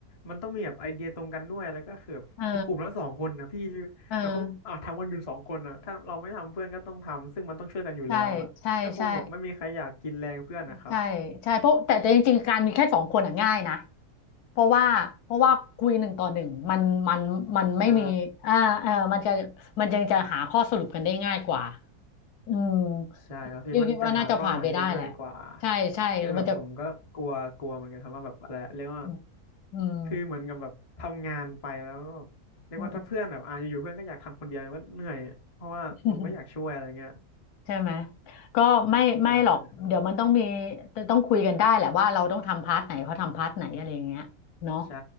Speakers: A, on the left; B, on the left.
A: มันต้องมีแบบไอเดียตรงกันด้วยแล้วก็คือแบบคือกลุ่มละสองคนนะพี่
B: เออเออ
A: แล้วเขาอ่ะทำกันอยู่สองคนนะถ้าเราไม่ทำเพื่อนก็ต้องทำซึ่งมันต้องช่วยกันอยู่แล้วอะก็คงแบบไม่มีใครอยากกินแรงเพื่อนนะครับ
B: ใช่ใช่ใช่ใช่ใช่เพราะแต่แต่จริงๆการมีแค่สองคนอ่ะง่ายนะเพราะว่าเพราะว่าคุยหนึ่งต่อหนึ่งมันมันมันไม่มีอ่าเออมันจะ
A: ใช่
B: มันยังจะหาข้อสรุปกันได้ง่ายกว่าอืม
A: ใช่ครับพี่มันจะหาเป้าหมายได้ง่ายกว่า
B: พี่คิดว่าน่าจะผ่านไปได้แหละใช่ใช่มันจะ
A: แต่แบบผมก็กลัวกลัวเหมือนกันครับว่าแบบอะไรเรียกว่า
B: อืมอืม
A: คือเหมือนกับแบบทำงานไปแล้วเรียกว่าถ้าเพื่อนแบบอ่าอยู่ๆเพื่อนก็อยากทำคนเดียวมันก็เหนื่อยเพราะว่าผมก็อยากช่วยอะไรเงี้ย
B: อืม <laughs> ใช่ไหมก็ไม่ไม่หรอกเดี๋ยวมันต้องมี
A: ใช่ครับ
B: ต้องคุยกันได้แหละว่าเราต้องทำพาร์ทไหนเขาทำพาร์ทไหนอะไรอย่างเงี้ยเนาะ
A: ใช่